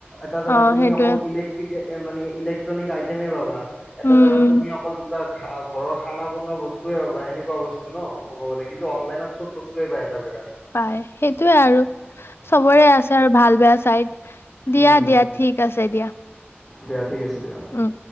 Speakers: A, in the centre; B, on the left.
A: এটা জাগাত
B: অ
A: তুমি
B: সেইটোয়ে
A: অকল ইলেক্ট্ৰিক মান ইলেক্ট্ৰনিক আইটেমে পাবা এটা
B: উম
A: জোগাত
B: উম
A: তুমি অকল কিবা ঘা ঘৰৰ খানা বোৱা বস্তুৱে সেনেকুৱা বস্তু ন ক'ব গ'লে কিন্তু অনলাইনত চব বস্তুৱে পায় এটা জেগাত
B: পাই সেইটোয়ে আৰু চবৰে আছে আৰু ভাল বেয়া চাইড
A: উম
B: দিয়া দিয়া ঠিক ঠিক আছে দিয়া
A: দিয়া ঠিক আছে দিয়া
B: উম